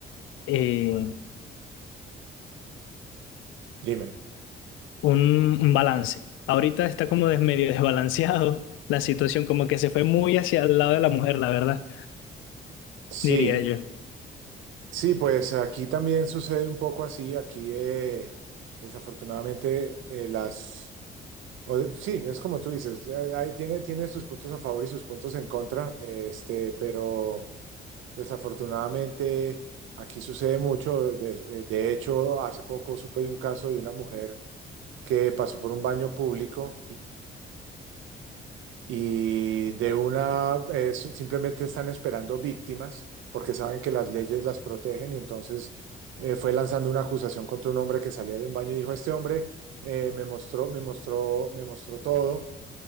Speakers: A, on the left; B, on the right.
A: eh,
B: Dime.
A: un, un balance. Ahorita está como des- medio <laughs> desbalanceado la situación, como que se fue muy hacia el lado de la mujer, la verdad,
B: Sí,
A: diría yo.
B: Sí, pues aquí también sucede un poco así. Aquí, eh, desafortunadamente, eh, las... o- sí, es como tú dices, eh, ahí tiene, tiene sus puntos a favor y sus puntos en contra, eh, este, pero desafortunadamente aquí sucede mucho. De, eh, de hecho, hace poco supe de un caso de una mujer que pasó por un baño público y de una eh, su- simplemente están esperando víctimas porque saben que las leyes las protegen y entonces eh, fue lanzando una acusación contra un hombre que salía de un baño y dijo, este hombre eh, me mostró, me mostró, me mostró todo.